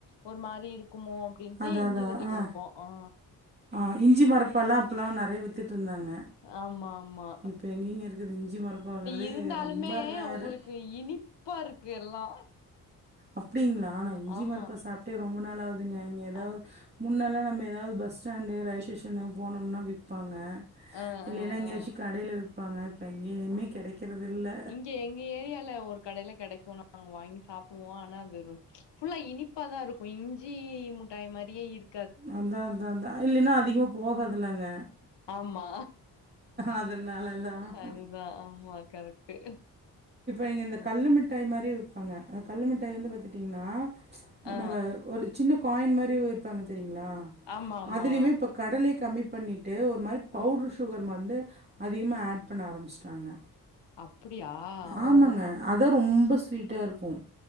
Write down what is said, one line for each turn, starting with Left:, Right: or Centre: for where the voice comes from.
Left: ஒரு மாரி இருக்குமோ அப்டின்ட்டு
Right: அதா
Left: இஞ்சி
Right: அதா
Left: தட்டி
Right: ஆ
Left: குடுப்போ ஆ
Right: ஆ இஞ்சி மரப்பால்லா அப்பல்லா நெறைய வித்துட்ருந்தாங்க
Left: ஆமா ஆமா
Right: இப்ப எங்கெங்க இருக்குது இஞ்சி இஞ்ஜி மரப்பாங்கிறதே
Left: இருந்தாலுமே
Right: ரொம்ப ரேரு
Left: உங்களுக்கு இப்ப இனிப்பா இருக்கு எல்லா
Right: அப்டிங்களா நா இஞ்சி
Left: ஆமா
Right: மரப்பா சாப்ட்டே ரொம்ப நாள் ஆகுதுங்க இங்க எதாவது
Left: ஆ
Right: முன்னெல்லா நம்ம எதாவது பஸ் ஸ்டாண்டு ரயில் ஸ்டேஷன்ல போனோம்னா விப்பாங்க
Left: ஆ
Right: இல்லேன்னா
Left: ஆ
Right: எங்கேயாச்சு
Left: ஆ
Right: கடையில விப்பாங்க இப்ப எங்கையுமே
Left: ஆமா
Right: கெடைக்கிறது இல்ல
Left: இங்க எங்க ஏரியால ஒரு கடையில கெடைக்கு நா வாங்கி சாப்புடுவோ ஆனா அது ரொ ஃபுல்லா இனிப்பா தா இருக்கு இஞ்சி முட்டாய் மாரியே இருக்
Right: அதா அதா அதா இல்லீன்னா அதிகமா போகாதுலங்க
Left: ஆமா
Right: அதனாலதா
Left: அதுதா ஆமா கரெக்ட்டு
Right: நீங்க இந்த
Left: ஆ
Right: கல்ல மிட்டாய் மாரி விப்பாங்க அ கல்ல மிட்டாய வந்து பாத்துட்டீங்கன்னா
Left: ஆ
Right: நம்ப ஒரு சின்ன காயின் மாரி விப்பாங்க தெரியுங்ளா
Left: ஆமா ஆமா
Right: அதுலயுமே இப்ப கடலைய கம்மி பண்ணிட்டு ஒரு மாரி பவுட்ரு
Left: ஆ
Right: சுகர் மர்ந்து அதிகமா ஆட் பண்ண ஆரம்பிச்சுட்டாங்க
Left: அப்புடியா
Right: ஆமாங்க
Left: ஓ
Right: அதா ரொம்ப ஸ்வீட்டா இருக்கும்